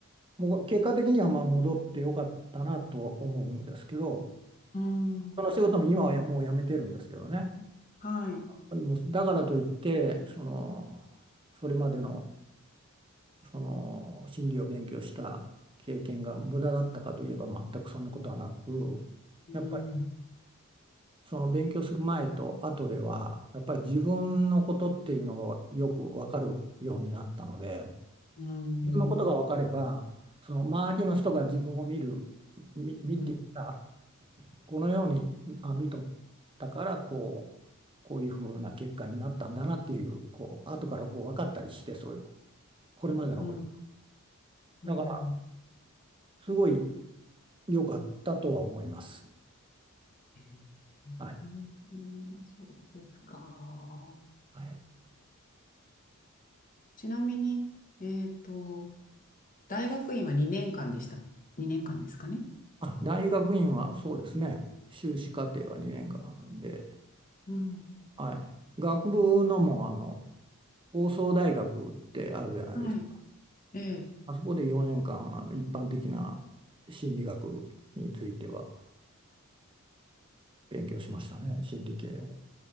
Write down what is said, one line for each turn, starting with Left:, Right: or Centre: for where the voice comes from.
Right: もう結果的にはまあ戻ってよかったなと思うんですけど、
Left: うん
Right: その仕事も今はやもうやめてるんですけどね。
Left: はい、
Right: もうだからといって、その、それまでのその心理を勉強した経験が無駄だったかといえば全くそんなことはなく、
Left: うん、
Right: やっぱりその勉強する前と後では、やっぱり自分のことっていうのがよくわかるようになったので、
Left: うん、
Right: 自分のことがわかれば、その周りの人が自分を見る、み見てた、
Left: うん、
Right: このようにあ見とったからこう、こういうふうな結果になったんだなっていう、こう後からこう分かったりして、そういうこれまでのこと。
Left: うん、うん、
Right: だからすごい良かったとは思います。
Left: え
Right: はい。
Left: うんそうですか。
Right: はい。
Left: ちなみに、えっと、大学院は2年間でした。2年間ですかね。
Right: あ、大学院はそうですね。修士課程は2年間で、
Left: うん、
Right: はい。学部のも、あの、放送大学ってあるじゃないですか。
Left: はい、ええ。
Right: あそこで4年間、あの、一般的な心理学については勉強しましたね。心理系を。